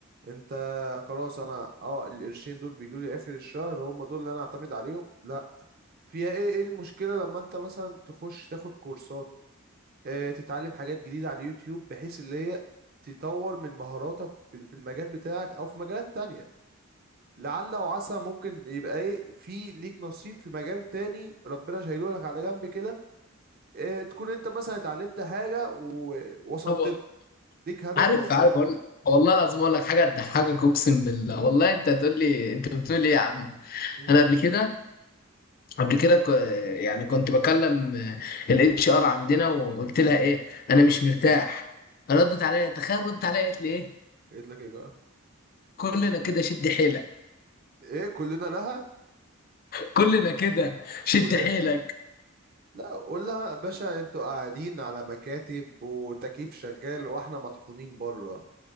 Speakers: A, on the right; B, on the left.
A: انت خلاص انا اه القرشين دول بيجوا لي اخر الشهر هم دول اللي انا اعتمد عليهم لا فيها ايه ايه المشكله لما انت مثلا تخش تاخد كورسات اه تتعلم حاجات جديده على اليوتيوب بحيث اللي هي تطور من مهاراتك في في المجال بتاعك او في مجالات تانية لعل وعسى ممكن يبقى ايه في ليك نصيب في مجال تاني ربنا شايله لك على جنب كده اه تكون انت مثلا اتعلمت حاجه ووصلت
B: هو
A: له ليك هدف
B: عارف
A: ووصلت
B: عارف اقول
A: له
B: لك والله العظيم اقول لك حاجه تضحكك اقسم بالله والله انت هتقول لي انت بتقول ايه يا عم
A: امم
B: انا قبل كده قبل كده ك- يعني كنت بكلم الاتش ار عندنا وقلت لها ايه انا مش مرتاح ردت عليا تخيل ردت عليا قالت لي ايه
A: قلت لك ايه بقى
B: كلنا كده شد حيلك
A: ايه كلنا لها
B: كلنا كده شد
A: كلنا
B: حيلك
A: لا قول لها يا باشا انتوا قاعدين على مكاتب وتكييف شغال واحنا مطحونين بره